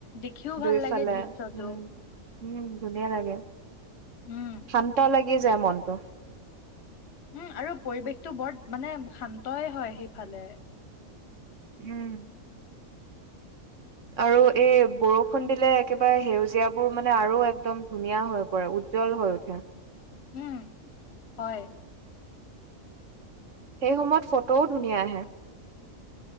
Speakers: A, on the left; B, on the right.
A: দেখিও
B: দুইফালে
A: ভাল লাগে দৃশ্যটো
B: উম-উম ধুনীয়া লাগে
A: উম
B: শান্ত লাগে। যায় মনটো।
A: উম আৰু পৰিৱেশটো বৰ মানে শান্তই হয় সেইফালে।
B: উম আৰু এই বৰষুণ দিলে একেবাৰে সেউজীয়াবোৰ মানে আৰু একদম ধুনীয়া হৈ পৰে উজ্জ্বল হৈ উঠে।
A: উম হয়।
B: সেই সময়ত ফটোও ধুনীয়া আহে।